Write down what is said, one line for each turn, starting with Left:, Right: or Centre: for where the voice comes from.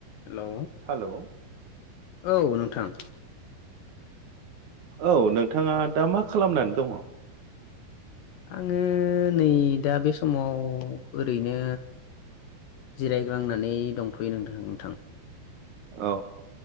Left: हेलौ
Right: हेलौ
Left: औ नोंथां
Right: औ नोंथाङा दा मा खालामनानै दङ?
Left: आङो नै दा बे समाव ओरैनो जिरायग्रांनानै दंथ'यो नोंथ नोंथां।
Right: औ